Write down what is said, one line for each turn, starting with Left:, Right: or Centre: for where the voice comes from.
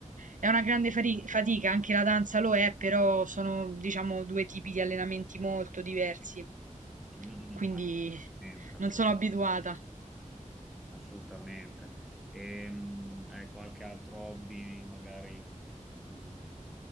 Right: è una grande fari- fatica, anche la danza lo è, però sono, diciamo, due tipi di allenamenti molto diversi,
Centre: mm,
Right: quindi
Centre: mm, assolutamente. assolut-
Right: non sono abituata.
Centre: assolutamente. Ehm, hai qualche altro hobby, magari mm,